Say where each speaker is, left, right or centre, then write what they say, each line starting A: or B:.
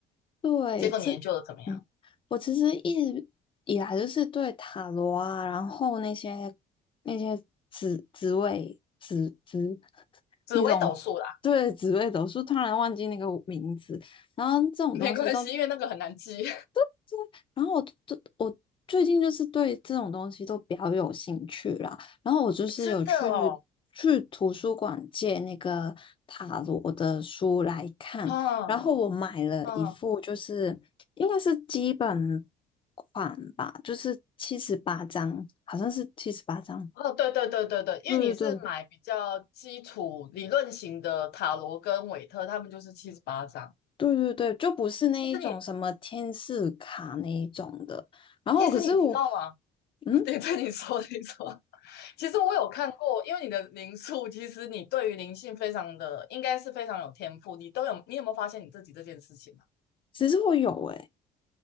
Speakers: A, on the left (about 30°); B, on the left (about 75°).
A: 对，
B: 结果你研究的怎么样？
A: 这，嗯，我其实一直以来就是对塔罗啊，然后那些那些紫紫薇紫紫 <laughs>
B: 紫微斗数啦，
A: 那种对紫薇斗数，突然忘记那个名字，然后这种东西都
B: <laughs> 没关系，因为那个很难记。
A: 对对，然后我就我最近就是对这种东西都比较有兴趣啦。然后我就是有去
B: <laughs> 真的哦，
A: 去图书馆借那个塔罗的书来看，
B: 嗯
A: 然后我买了一副，
B: 嗯
A: 就是应该是基本款吧，就是七十八张，好像是七十八张。
B: 哦，对对对对对，因为你是买比较基础理论型的塔罗跟韦特，
A: 对对对
B: 他们就是七十八张。
A: 对对对，就不是那一种什么天使卡那一种的。
B: 其实你
A: 然后可是我，
B: 其实你知道吗？<laughs>
A: 嗯，
B: 对对，你说你说，其实我有看过，因为你的灵数，其实你对于灵性非常的，应该是非常有天赋。你都有，你有没有发现你自己这件事情啊？
A: 其实我有诶、